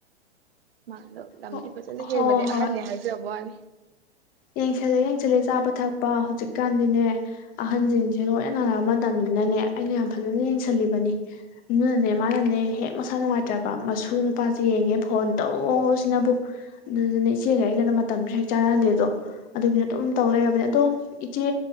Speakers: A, on the right; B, on the left.
A: <unintelligible>
B: ꯍꯣ
A: ꯐꯖꯅ ꯍꯦꯟꯕꯅꯦ
B: ꯍꯣꯏ
A: ꯑꯍꯟꯅ ꯍꯥꯏꯖꯕꯩ ꯋꯥꯅꯤ
B: ꯌꯦꯡꯁꯜꯂꯦ ꯌꯦꯡꯁꯜꯂꯦ ꯆꯥꯕ ꯊꯛꯄ ꯍꯧꯖꯤꯛꯀꯥꯟꯗꯤꯅꯦ ꯑꯍꯟꯁꯤꯡꯁꯦ ꯂꯣꯏ ꯅꯥꯔꯕ ꯃꯇꯝꯅꯤꯅꯅꯦ ꯑꯩꯅ ꯌꯥꯝ ꯐꯖꯅ ꯌꯦꯡꯁꯤꯜꯂꯤꯕꯅꯤ ꯑꯗꯨꯅꯅꯦ ꯃꯥꯅꯅꯦ ꯍꯦꯛ ꯃꯁꯥ ꯅꯨꯡꯉꯥꯏꯇ꯭ꯔꯕ ꯃꯁꯨ ꯅꯨꯄꯥꯁꯦ ꯌꯦꯡꯒꯦ ꯐꯣꯟ ꯇꯧꯁꯤꯅꯕꯨ ꯑꯗꯨꯗꯨꯅꯦ ꯏꯆꯦꯒ ꯑꯩꯒꯗ ꯃꯇꯝꯁꯨ ꯍꯦꯛ ꯆꯥꯟꯅꯗꯦꯗꯣ ꯑꯗꯨꯕꯨꯗꯤ ꯑꯗꯨꯝ ꯇꯧ ꯂꯩꯔꯕꯅꯦ ꯑꯗꯣ ꯏꯆꯦ